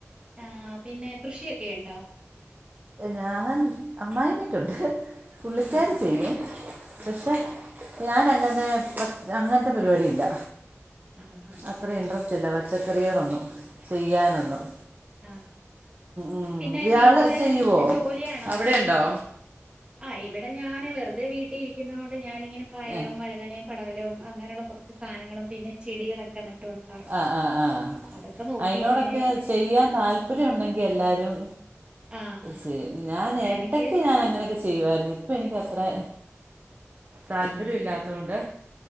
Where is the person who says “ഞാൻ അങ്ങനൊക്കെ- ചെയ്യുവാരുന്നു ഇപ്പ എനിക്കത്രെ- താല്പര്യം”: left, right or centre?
Right